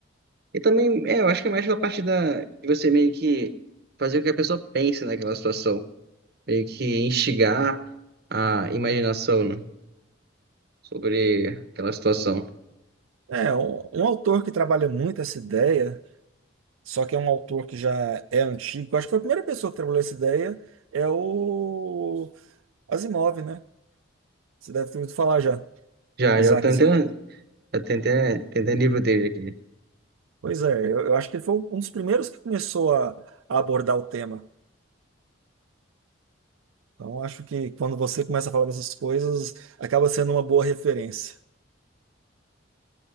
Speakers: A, on the right; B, on the right.
A: E também, é, eu acho que é mais pela parte da, de você meio que fazer com que a pessoa pense naquela situação. Meio que instigar a imaginação, né? Sobre aquela situação.
B: É, um, um autor que trabalha muito essa ideia, só que é um autor que já é antigo, acho que foi a primeira pessoa que trabalhou essa ideia, é o Asimov, né? Você deve ter ouvido falar já,
A: Já,
B: Isaac
A: já tentei,
B: Asimov.
A: já tentei, tentei livro dele aqui.
B: Pois é, eu, eu acho que ele foi um dos primeiros que começou a, a abordar o tema. Então, acho que quando você começa a falar dessas coisas, acaba sendo uma boa referência.